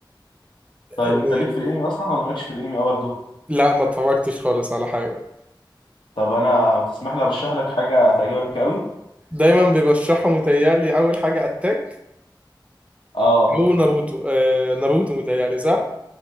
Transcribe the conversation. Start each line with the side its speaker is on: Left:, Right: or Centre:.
Left: طيب
Right: إيه،
Left: انت ليك في الانمي اصلا ولا مالكش في الانمي اه برضه
Right: لا ما اتفرجتش خالص على حاجه
Left: طب انا تسمح لي ارشح لك حاجه هتعجبك قوي
Right: دايما بيرشحوا متهيألي اول حاجه اتاك
Left: اه
Right: او ناروتو آه، ناروتو متهيألي صح؟